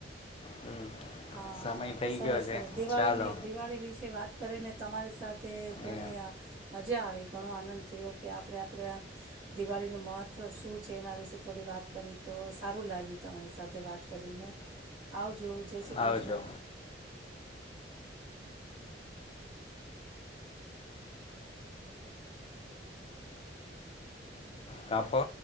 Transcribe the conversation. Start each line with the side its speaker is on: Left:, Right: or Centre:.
Left: હમ
Right: હા
Left: સમય થઈ
Right: સરસ
Left: ગયો છે
Right: સરસ દિવાળીની
Left: ચાલો
Right: દિવાળી વિશે વાત કરીને તમારી સાથે ઘણી
Left: એ
Right: આહ મજા આવી ઘણો આનંદ થયો કે આપણે આપણે આ દિવાળીનું મહત્ત્વ શું છે એના વિશે થોડી વાત કરી તો સારું લાગ્યું તમારી સાથે વાત કરીને, આવજો. જય શ્રી કૃષ્ણ
Left: આવજો. કાપો.